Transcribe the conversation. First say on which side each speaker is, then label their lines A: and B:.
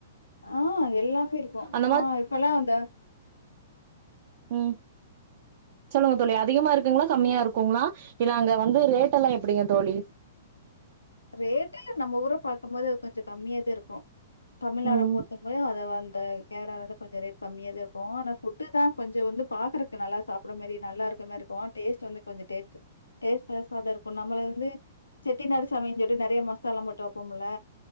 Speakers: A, on the left; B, on the right.
A: ஆ எல்லாமே இருக்கும்
B: அந்த
A: ஆ
B: மாரி
A: இப்பல்லாம் அந்த
B: ம் சொல்லுங்க தோழி அதிகமா இருக்குங்ளா கம்மியா இருக்குங்ளா இல்ல அங்க வந்து ரேட்டெல்லா எப்படிங்க தோழி
A: ரேட்டு எல்லாம் நம்ம ஊர பாக்கும் போது அது கொஞ்ச கம்மியா தா இருக்கும் தமிழ்நாடு
B: ம்
A: பொறுத்தங்களும் அத <unintelligible> கேரள தா கொஞ்ச ரேட் கம்மியா தான் இருக்கு ஆன ஃபுட்டு தா கொஞ்ச வந்து பாக்குறக்கு நல்லா சாப்புற மாரி நல்லா இருக்க மாரி கோ டேஸ்ட் வந்து கொஞ்ச டேப்பு டேஸ்லஸ்சா தா இருக்கு நம்ம வந்து செட்டி நாடு சமைய கட்டு நெறய மசாலா போட்டு வைப்போம்ல